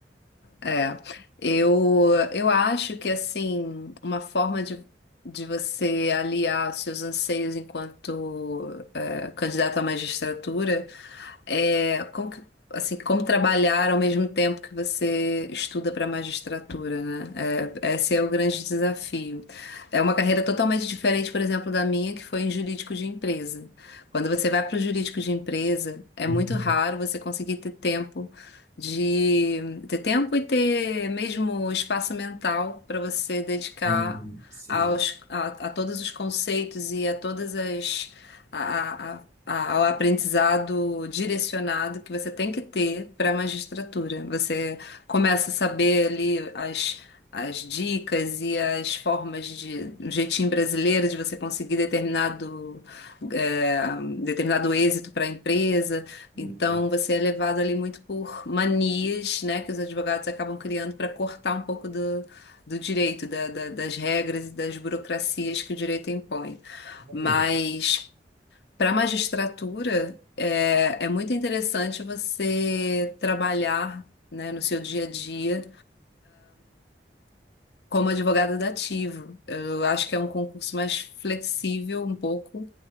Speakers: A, on the left; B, on the right.
A: É. Eu, eu acho que, assim, uma forma de, de você aliar os seus anseios enquanto é, candidato à magistratura é, como que- assim, como trabalhar ao mesmo tempo que você estuda para magistratura, né? É, esse é o grande desafio. É uma carreira totalmente diferente, por exemplo, da minha, que foi em jurídico de empresa. Quando você vai para o jurídico de empresa, é
B: Uhum.
A: muito raro você conseguir ter tempo de ter tempo e ter mesmo espaço mental para você dedicar
B: Uhum. Sim.
A: aos, a, a todos os conceitos e a todas as a, a- a- ao aprendizado direcionado que você tem que ter para a magistratura. Você começa a saber ali as, as dicas e as formas de, um jeitinho brasileiro de você conseguir determinado, é, determinado êxito para a empresa.
B: Uhum.
A: Então, você é levado ali muito por manias, né, que os advogados acabam criando para cortar um pouco do. Do direito, da- da- das regras e das burocracias que o direito impõe.
B: Olha,
A: Mas para a magistratura, é, é muito interessante você trabalhar, né, no seu dia a dia como advogado dativo. Eu acho que é um concurso mais flexível, um pouco,